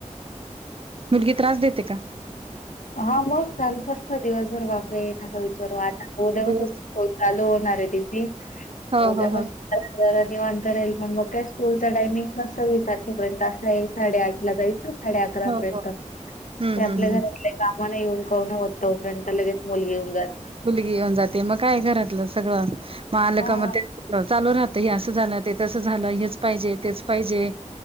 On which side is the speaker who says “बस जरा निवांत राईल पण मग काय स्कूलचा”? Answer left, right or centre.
Left